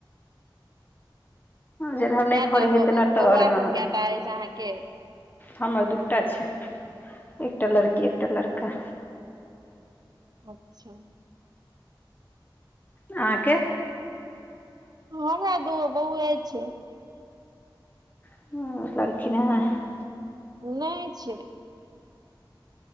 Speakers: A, on the left; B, on the right.
A: जेमहर नहि
B: कएटा
A: फड़ै हे
B: बौआ
A: ते ने तऽ आओर
B: सब
A: महंगा।
B: कएटा अछि अहाँके
A: हमर दूटा छै एकटा लड़की एकटा लड़का।
B: अच्छा।
A: अहाँके।
B: हँ हमरा दू गो बोए छै।
A: <unintelligible>
B: नई छै।